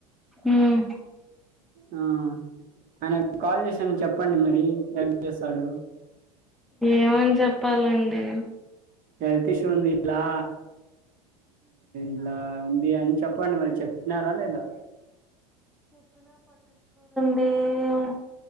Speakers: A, in the centre; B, on the right.
A: ఉమ్
B: ఆ ఆయనకు కాల్ చేశాను చెప్పండి మరి హెల్ప్ చేస్తాడు
A: ఏమని చెప్పాలండి
B: హెల్త్ ఇష్యూ ఉంది ఇలా ఇలా ఉంది అని చెప్పండి మరి చెప్పినారా లేదా
A: దేవు